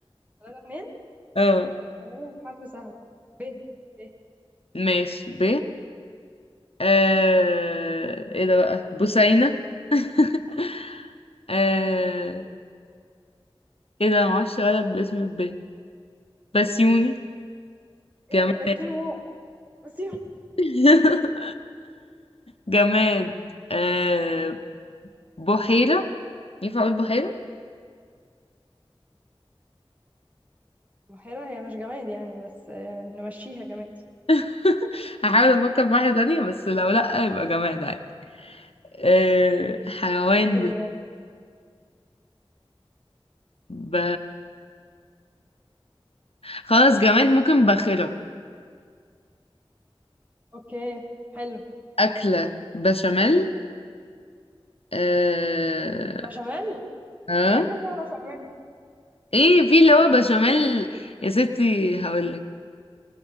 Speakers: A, on the right (about 15°); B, on the left (about 80°).
A: ثلاثة اتنين
B: اه
A: هقول لك حرف سهلة ب ب
B: ماشي ب آه... ايه ده بقى بوسينة <laughs> آه... ايه ده معرفش ولد باسم ب بسيوني
A: ايه
B: جماد
A: ده كتير موت نسيهم
B: <laughs> جماد آه بحيرة ينفع اقول بحيرة
A: بحيرة هي مش جماد يعني بس آه، نمشيها جماد
B: <laughs> هحاول افكر في واحدة تانية بس لو لأ يبقى جماد عادي آه حيوان
A: اوكي
B: بال-
A: ماشي.
B: ب... خلاص جماد ممكن باخرة
A: اوكي حلو
B: أكلة بشاميل آه...
A: بشاميل
B: ها
A: مفيش أكلة اسمها بشاميل
B: ايه في اللي هو بشاميل يا ستي هقولك